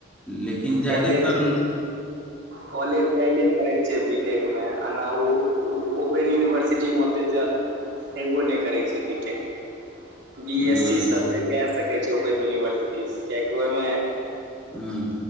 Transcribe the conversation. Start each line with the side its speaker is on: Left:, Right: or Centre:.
Centre: लेकिन ज्यादातर
Right: कॉलेज
Centre: लो
Right: कॉलेज जाइले करै छैय बीटेकमे, एना नहि ओ ओपेन यूनिवर्सिटीमे ओते त हेबो नहि करै छै बीटेक। बी
Centre: हँ
Right: एस सी सब कै सकै छैय ओपन यूनिवर्सिटी सँ, कियकि ओहिमे
Centre: हुँ।